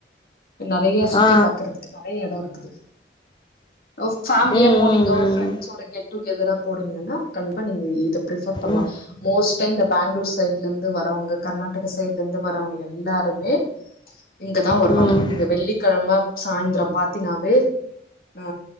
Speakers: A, on the left; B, on the left.
A: நெறையா சுத்தி
B: ஆ ஆ
A: பாக்றதுக்கு நெறையா எடோ இருக்குது ஒ ஃபேம்லியா
B: ம்
A: போனீங்க
B: ம்
A: ஒரு ஃபிரெண்ட்ஸோட கெட் டுகேதரா போறீங்கன்னா கண்ப்பா நீங்க இத ப்ரிஃபர் பண்லா
B: ம்
A: மோஸ்ட்டா இந்த பேங்ளூர் சைட்ல இர்ந்து வரவ்ங்க கர்நாடக்கா சைட்ல இர்ந்து வரவ்ங்க எல்லா ரு மே இங்கதா வருவாங்க
B: ம் ம்
A: இந்த வெள்ளிக்கெழம சாய்ந்திரோ பாத்தினாவே ஆ